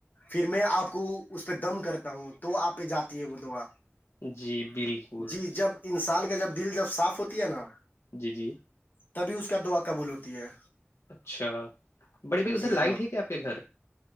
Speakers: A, on the left; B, on the left.
A: پھر میں آپ کو اس پہ دم کرتا ہوں تو آپ پہ جاتی ہے وہ دعا
B: جی بالکل
A: جی جب انسان کا جب دل جب صاف ہوتی ہے نا
B: جی جی
A: تبھی اس کا دعا قبول ہوتی ہے
B: اچھا بڑے بھائی ادھر
A: جی
B: لائٹ
A: ہاں
B: ہے کیا آپ کے گھر